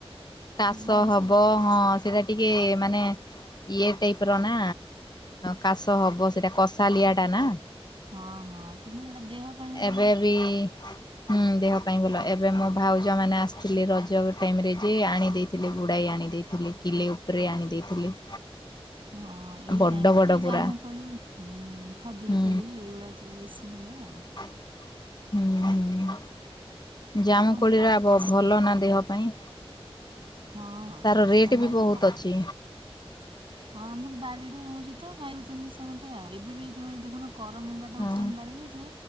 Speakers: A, on the left (about 45°); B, on the right (about 55°).
A: କାଶ
B: ବାଡ଼ି
A: ହବ
B: ସବୁ
A: ହଁ ସେଟା ଟିକେ ମାନେ ଇଏ ଟାଇପ ର ନା କାଶ ହବ। ସେଇଟା କସ ସାଲିଆ ଟା ନା।
B: ହଁ ହଁ କିନ୍ତୁ ଏଇଟା ଦେହ ପାଇଁ ଭଲ
A: ଏବେ ବି ହୁଁ ଦେହ ପାଇଁ ଭଲ। ଏବେ ମୋ ଭାଉଜ ମାନେ ଆସିଥିଲେ ରଜ ଟାଇମରେ ଯେ ଆଣି ଦେଇଥିଲେ ଗୁଡାଏ ଆଣି ଦେଇଥିଲେ କିଲେ ଉପରେ ଆଣି ଦେଇଥିଲେ।
B: ହଁ ଏଇ
A: ବଡ
B: ଟାଇମରେ
A: ବଡ
B: ତ ଏଇ
A: ପୁରା
B: ଜାମୁକୋଳି, ଖଜୁରକୋଳି
A: ହୁଁ।
B: ଏଇଗୁଡା ସବୁ ବେଶୀ ମିଳେ ଆଉ।
A: <unintelligible> ହୁଁ ହୁଁ। ଜାମୁ
B: ସମସ୍ତଙ୍କର
A: କୋଳିର ଆ
B: ପସନ୍ଦ
A: ଭ-ଭଲ ନା ଦେହ ପାଇଁ।
B: ହଁ ହଁ
A: ତାର ରେଟ୍
B: ଆମ ବାଇରେ
A: ବି ବହୁତ
B: କ
A: ଅଛି
B: ହଁ ଆମକୁ ବାରିରେ ହୋଉଚି ତ ଗାଉଛନ୍ତି ସମସ୍ତେ ଆଉ, ଏବେ ବି ତମାଇ ଦେଖୁନ। କରମଙ୍ଗାଟା
A: ହଁ
B: ହେଉଛି ଆମ ବାରିରେ ଯେ